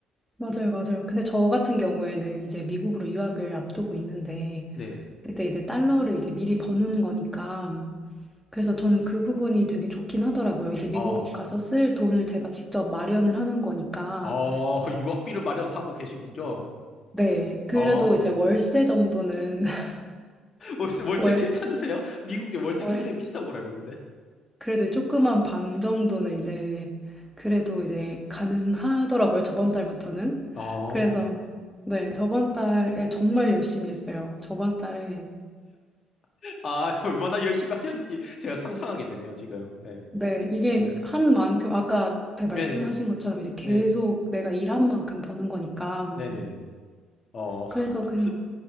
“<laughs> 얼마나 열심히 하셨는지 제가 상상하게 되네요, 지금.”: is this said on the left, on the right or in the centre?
Left